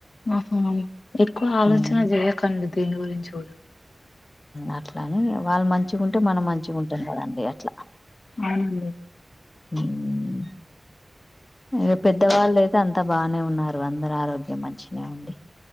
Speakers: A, on the left (about 80°); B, on the left (about 35°).
A: ఆహా ఎక్కువ ఆలోచన
B: హ్మ్.
A: జెయకండి దేని గురించి గూడ
B: అట్లని వాళ్ళు మంచిగుంటే మనం మంచిగుంటం గదండి అట్ల
A: ఆనంది
B: హ్మ్ ఇగ పెద్దవాళ్ళైతే అంత బానే ఉన్నారు అందరు ఆరోగ్యమన్ చినా ఉండి